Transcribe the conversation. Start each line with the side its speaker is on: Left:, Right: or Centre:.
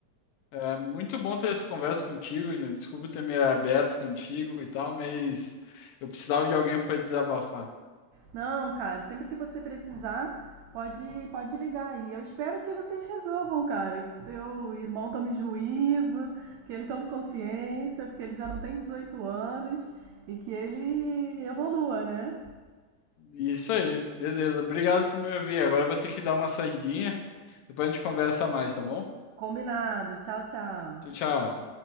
Left: É muito bom ter essa conversa contigo. Jean. Desculpa ter me aberto contigo e tal, mas eu precisava de alguém para desabafar.
Right: Não, cara, sempre que você precisar, pode, pode ligar aí. Eu espero que vocês resolvam, cara, que seu irmão tome juízo, que ele tome consciência, porque ele já não tem 18 anos e que ele evolua, né?
Left: Isso aí, beleza. Obrigado por me ouvir. Agora eu vou ter que dar uma saidinha. Depois a gente conversa mais, tá bom?
Right: Combinado. Tchau, tchau.
Left: Tchau, tchau.